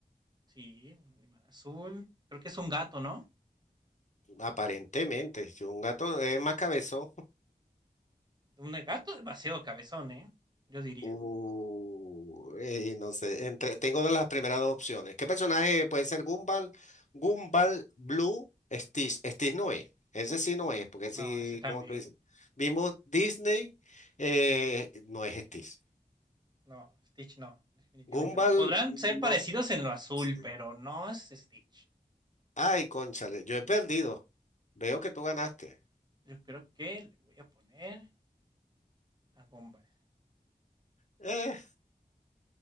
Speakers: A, on the right; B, on the left.
A: Sí, un animal azul. Creo que es un gato, ¿no?
B: aparentemente. Yo, Un gato es más cabezón.
A: Un gato demasiado cabezón, ¿eh? Yo diría.
B: Uh, eh, no sé, entre, tengo de las primeras dos opciones. ¿Qué personaje puede ser Gumball? Gumball, Blue, Stitch. Stitch no es. Ese sí no es, porque
A: No,
B: sí,
A: ese también.
B: como tú dices. Vimos Disney, eh, no es Stitch.
A: No, Stitch no, definitivamente
B: Gumball,
A: no. Podrán ser
B: no.
A: parecidos en lo azul,
B: sé.
A: pero no es Stitch.
B: Ay, cónchale, yo he perdido. Veo que tú ganaste.
A: Yo creo que le voy a poner a Gumball.
B: Eh,